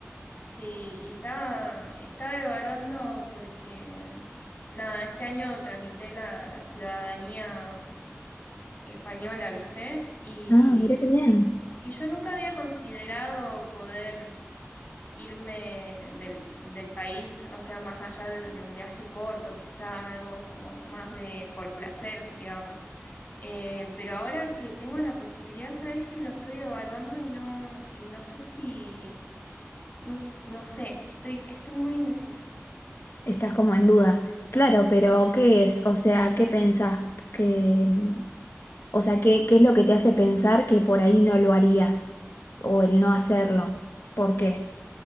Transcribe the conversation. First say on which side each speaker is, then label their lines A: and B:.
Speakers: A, on the left; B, on the left.
A: Sí, y estaba, estaba evaluando porque, nada, este año tramité la, la ciudadanía española, ¿viste? Y,
B: Ah, mira qué bien.
A: y yo nunca había considerado poder. irme del, del país, o sea, más allá de, de un viaje corto, quizá algo como más de por placer, digamos. Eh, pero ahora que tengo la posibilidad, sabes que lo estoy evaluando y no, y no sé si, no, s- no sé, estoy, estoy muy indecisa.
B: Estás como en duda. Claro, pero ¿qué es? O sea, ¿qué pensás? que mm, o sea, ¿qué, qué es lo que te hace pensar que por ahí no lo harías? O el no hacerlo. ¿Por qué?